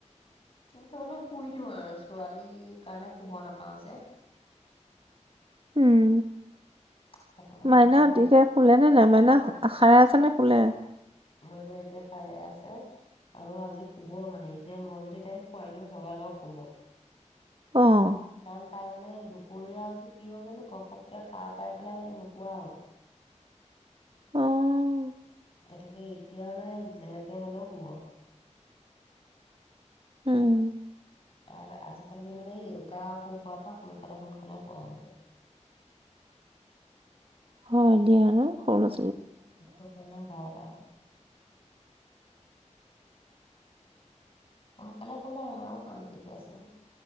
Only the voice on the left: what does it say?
কিন্তু হলেও শুই দিওঁ আৰু ছোৱালীৰ কাৰণে শুব নাপাও যে।
সেইটো কাৰণে
শুব
লাগে
মইনা এতিয়া সাৰে আছে আৰু আজি শুব মানে এতিয়া মই যদি তাইক খুৱাই দিওঁ লগা লগ শুব।
কাৰণ তাই মানে। দুপৰীয়া আজি কি হ'ল জানো গপ-গপকে সাৰ পাই পেলাই নোশুৱা হ'ল।
গতিকে এতিয়া মানে যেনেকে হলেও শুব।
কাৰণ আজিকালি মানে গা অসুখ হোৱাৰ পৰা সোনকালে সোনকালে শুৱা হৈছে।
হেইটো কাৰণে ভাল আৰু। সোনকালে শুলে আমাৰো শান্তি দিয়াচোন।